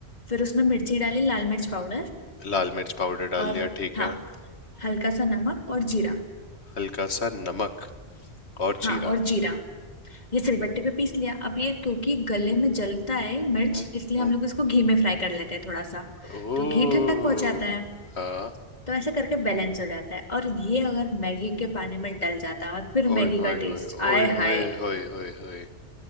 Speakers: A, on the left; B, on the left.
A: फिर उसमें मिर्ची डाली लाल मिर्च पाउडर
B: लाल मिर्च पाउडर डाल
A: और
B: दिया ठीक
A: हाँ
B: है
A: हल्का सा नमक और जीरा
B: हल्का सा नमक और
A: हाँ
B: जीरा
A: और जीरा ये सिलबट्टे पे पीस लिया अब ये क्योंकि गले में जलता है मिर्च
B: हम्म
A: इसलिए
B: हम्म
A: हम लोग इसको घी में फ्राई कर लेते हैं थोड़ा सा
B: ओ
A: तो घी ठंडक पहुंचाता है
B: हाँ
A: तो ऐसे करके बैलेंस हो जाता है और ये अगर मैगी के पानी में डल जाता है फिर
B: ओए
A: मैगी
B: होए
A: का टेस्ट
B: होए
A: आय
B: ओए होए
A: हाय
B: होए होए होए